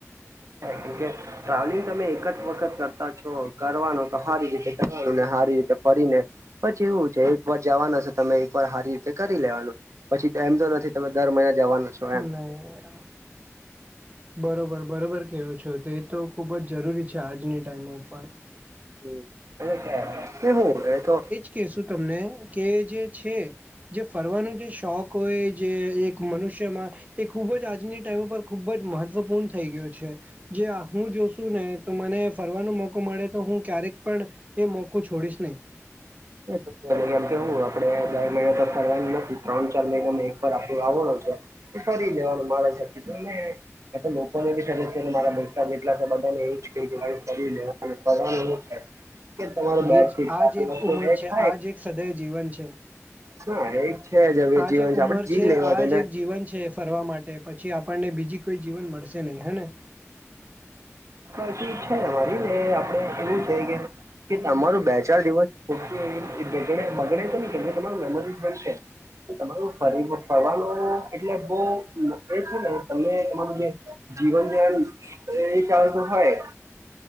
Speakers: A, on the right; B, on the right.
A: <inaudible> ટ્રાવેલિંગ તમે એક જ વખત કરતા છો, કરવાનું તો સારી રીતે કરવાનું ને સારી રીતે ફરીને પછી એવું છે, એક વાર જવાનું છે તમે એક વાર સારી રીતે કરી લેવાનું પછી એમ તો નથી તમે દર મહિના જવાના છો, એમ
B: હા, એ બરાબર બરોબર-બરોબર કેવો છો, તે તો ખૂબ જ જરૂરી છે, આજની ટાઈમ ઉપર
A: હમ્મ, <unintelligible> કેવું એ તો
B: કેશું તમને, કે જે છે જે ફરવાનો જે શોખ હોય, જે એક મનુષ્યમાં એ ખૂબ જ આજની ટાઈમ ઉપર ખુબ જ મહત્વપૂર્ણ થઈ ગયું છે. જે આ હું જોશું ને તો મને ફરવાનો મોકો મળે તો, હું ક્યારેક પણ એ મોકો છોડીશ નહીં.
A: એ તો એ કેમ કે હું આપડે બાર મહિના તો ફરવાનું નથી, ત્રણ-ચાર મહિના એક વાર આપણું આવવાનું છે. ફરી લેવાનું મારે શકી અને એ તો લોકોને બી સજેસ્ટ કરું, મારા ભ્રષ્ટા કેટલા છે, મતલબ એ જ કરી લે ભગવાન એવું છે કે, તમાર
B: નહીં
A: બેગ
B: એ જ
A: થી ચાર
B: આ
A: દિવસ
B: જ એક
A: <unintelligible>
B: ઉંમર છે આ જ એક સદય જીવન છે
A: હા, એ છે જ હવે જરુરી એ
B: આ
A: જીવન
B: એક
A: છે, આપડે
B: ઉંમર
A: જી લેવાનું
B: આ
A: ને
B: જ એક જીવન છે ફરવા માટે પછી, આપણને બીજી કોઈ જીવન મળશે નહીં હે ને
A: પછી છે ને મારી ને આપણેે એવું છે કે કે તમારું બે-ચાર દિવસ ખોુંગડે બગડે છે ને કે એમ તમાર મેમરી બનશે તમારું ફરી ફરવાનું એટલે બહ એ છે ને તમે તમારું જે જીવન જેમ એ ચાલતું હોય.